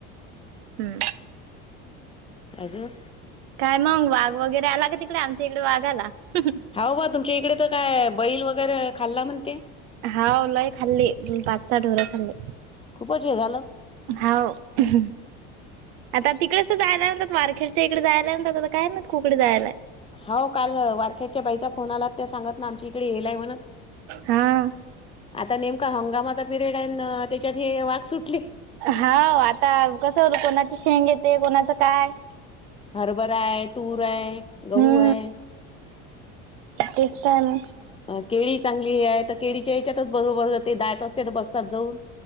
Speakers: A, on the right; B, on the left.
A: हम्.
B: अजून?
A: काय मंग, वाघ वगैरे आला का तिकडे? आमच्या इकडे वाघ आला. <unintelligible>
B: हाव बा तुमच्या ईकडे त काय, बैल वगैरे, खाल्ला म्हणते.
A: हाव, लय खाल्ली. पाच- सहा ढोरं खाल्ली.
B: खूपच हे झालं.
A: हाव. <unintelligible> आता तिकडेच तर जायला म्हणतात वारखेडचे. इकडे जायला म्हणातात. आता काय माहित कुकडे जायला.
B: हो, काल अ वारखेडच्या बाईचा फोन आला. त्या सांगत ना, आमच्या इकडे येयलय मन
A: हां.
B: आता नेमका हंगामाचा पिरियडय न त्याच्यात हे वाघ सुटले.
A: हा. आता कसं, कोणाची शेंग येते. कोणाचं काय?
B: हरभराय, तूरय, गहूय.
A: हम्म. तेच ताय नं.
B: अ केळी चांगलीय. तर केळीच्या याच्यातच बरोबर, ते दाट असते तर बसतात जाऊन.